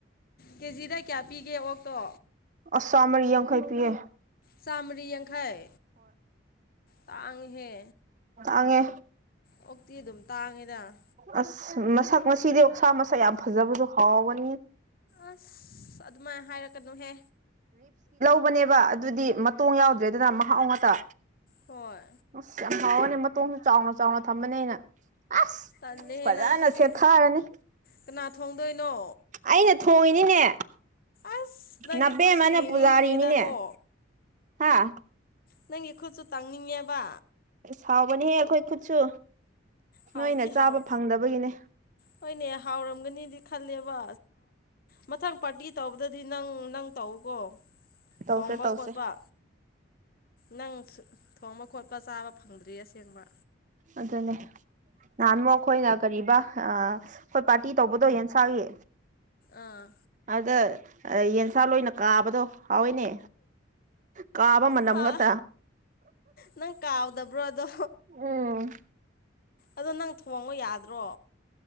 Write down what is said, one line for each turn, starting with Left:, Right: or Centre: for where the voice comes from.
Left: ꯀꯦꯖꯤꯗ ꯀꯌꯥ ꯄꯤꯒꯦ ꯑꯣꯛꯇꯣ
Right: ꯑꯁꯥꯝ ꯃꯔꯤ ꯌꯥꯡꯈꯩ ꯄꯤꯌꯦ
Left: ꯆꯥꯝꯃꯔꯤ ꯌꯥꯡꯈꯩ ꯇꯥꯉꯤꯍꯦ
Right: ꯑꯦ
Left: ꯑꯣꯛꯇꯤ ꯑꯗꯨꯝ ꯇꯥꯡꯉꯤꯗ
Right: ꯑꯁ ꯃꯁꯛ ꯉꯁꯤꯗꯤ ꯑꯣꯁꯥ ꯃꯁꯛ ꯌꯥꯝ ꯐꯖꯕꯗꯨ ꯍꯥꯎꯒꯅꯤ
Left: ꯑꯁ ꯑꯗꯨꯃꯥꯏꯅ ꯍꯥꯏꯔꯛꯀꯅꯨꯍꯦ
Right: ꯍꯣꯅꯦꯕ ꯑꯗꯨꯗꯤ ꯃꯇꯣꯡ ꯌꯥꯎꯗ꯭ꯔꯦꯗꯅ ꯃꯍꯥꯎ ꯉꯥꯛꯇ
Left: ꯍꯣꯏ
Right: ꯑꯁ ꯌꯥꯝ ꯍꯥꯎꯔꯅꯤ ꯃꯇꯣꯡꯁꯨ ꯆꯥꯎꯅ ꯆꯥꯎꯅ ꯊꯝꯕꯅꯦ ꯑꯩꯅ ꯑꯁ
Left: ꯇꯜꯂꯦꯍꯦ
Right: ꯐꯖꯅ
Left: ꯅꯪ ꯁꯤꯗꯤ
Right: ꯁꯦꯠꯊꯔꯅꯤ
Left: ꯀꯅꯥ ꯊꯣꯡꯗꯣꯏꯅꯣ
Right: ꯑꯩꯅ ꯊꯣꯡꯉꯤꯅꯤꯅꯦ
Left: ꯑꯁ ꯅꯪꯒꯤ
Right: ꯅꯕꯦꯝꯃꯅ
Left: ꯈꯨꯠꯁꯨ ꯌꯦꯡꯅꯤꯡꯈ꯭ꯔꯦꯗꯀꯣ
Right: ꯄꯨꯖꯥꯔꯤꯅꯤꯅꯦ ꯍꯥꯥ
Left: ꯅꯪꯒꯤ ꯑꯈꯨꯠꯁꯨ ꯇꯪꯅꯤꯡꯉꯦꯕ
Right: ꯍꯥꯎꯕꯅꯦꯍꯦ ꯈꯣꯏ ꯈꯨꯠꯁꯨ
Left: ꯍꯥꯎꯗꯤ
Right: ꯅꯣꯏꯅ ꯆꯥꯕ
Left: ꯍꯥꯎ
Right: ꯐꯪꯗꯕꯒꯤꯅꯦ
Left: ꯍꯣꯏꯅꯦ ꯍꯥꯎꯔꯝꯒꯅꯤꯗꯤ ꯈꯜꯂꯦꯕ ꯃꯊꯪ ꯄꯥꯔꯇꯤ ꯇꯧꯕꯗꯗꯤ ꯅꯪ ꯅꯪ ꯇꯧꯀꯣ
Right: ꯇꯧꯁꯦ
Left: ꯊꯣꯡꯕ
Right: ꯇꯧꯁꯦ
Left: ꯈꯣꯠꯄ ꯅꯪ ꯊꯣꯡꯕ ꯈꯣꯠꯄ ꯆꯥꯕ ꯐꯪꯗ꯭ꯔꯤ ꯑꯁꯦꯡꯕ
Right: ꯑꯗꯨꯅꯦ ꯅꯍꯥꯟꯃꯨ ꯑꯩꯈꯣꯏꯅ ꯀꯔꯤꯕ ꯑ ꯍꯣꯏ ꯄꯥꯔꯇꯤ ꯇꯧꯕꯗꯣ ꯌꯦꯟꯁꯥꯒꯤ
Left: ꯑꯥ
Right: ꯑꯗ ꯌꯦꯟꯁꯥ ꯂꯣꯏꯅ ꯀꯥꯕꯗꯣ ꯍꯥꯎꯏꯅꯦ ꯀꯥꯕ ꯃꯅꯝ
Left: ꯍꯥ
Right: ꯉꯥꯛꯇ
Left: ꯅꯪ ꯀꯥꯎꯗꯕ꯭ꯔꯣ ꯑꯗꯣ
Right: ꯑꯝ
Left: ꯑꯗꯣ ꯅꯪ ꯊꯣꯡꯉꯣ ꯌꯥꯗ꯭ꯔꯣ